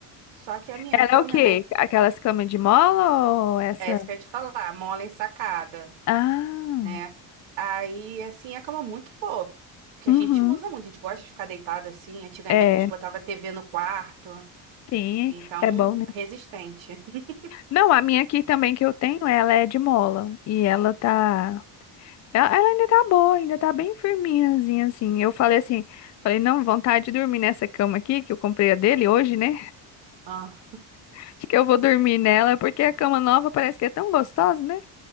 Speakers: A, on the right (about 80°); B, on the left (about 40°).
A: Só que a minha
B: Ela
A: cama,
B: é o quê?
A: ela é,
B: Aquelas camas de mola ou essa?
A: é isso que eu ia te falar, mola ensacada,
B: Ah,
A: né? Aí, assim, é a cama é muito boa, porque
B: uhum.
A: a gente usa muito, a gente gosta de ficar deitado assim. Antigamente
B: É,
A: a gente botava TV no quarto.
B: sim,
A: Então,
B: é bom, né?
A: resistente. <laughs>
B: Não, a minha aqui também que eu tenho, ela é de mola. E ela tá. Ela, ela ainda tá boa, ainda tá bem firminhazinha, assim. Eu falei assim, falei, não, vontade de dormir nessa cama aqui, que eu comprei a dele hoje, né?
A: Ah,
B: <laughs> Acho que eu vou dormir nela, porque a cama nova parece que é tão gostosa, né?